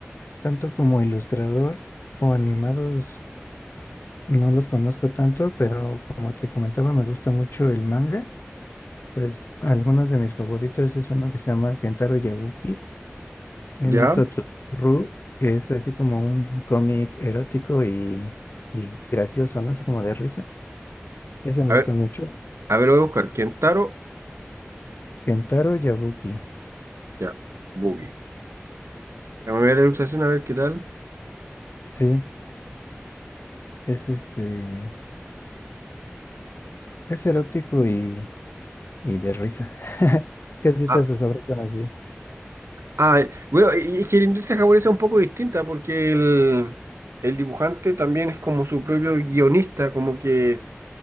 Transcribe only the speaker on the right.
¿Ya?
A
ver,
a ver, lo voy a buscar. Kentaro,
ya, Boogie. Déjame ver la ilustración, a ver qué tal.
Ah,
ah, eh, bueno, y- y es que la industria japonesa es un poco distinta porque el, el dibujante también es como su propio guionista, como que